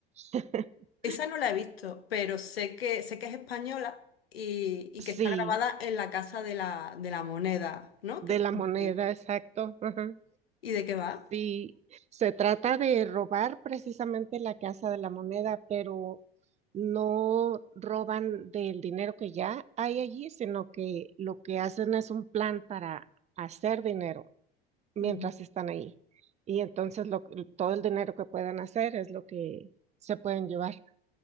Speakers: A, on the right; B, on the left.
A: <laughs>
B: Esa no la he visto, pero sé que, sé que es española y, y
A: Sí,
B: que está grabada en la Casa de la, de la Moneda, ¿no?
A: de
B: Que está
A: la moneda,
B: en Madrid.
A: exacto. Ajá.
B: ¿Y de qué va?
A: Sí, se trata de robar precisamente la Casa de la Moneda, pero no roban del dinero que ya hay allí, sino que lo que hacen es un plan para hacer dinero mientras
B: Ujú.
A: están ahí. Y entonces lo- todo el dinero que puedan hacer es lo que se pueden llevar.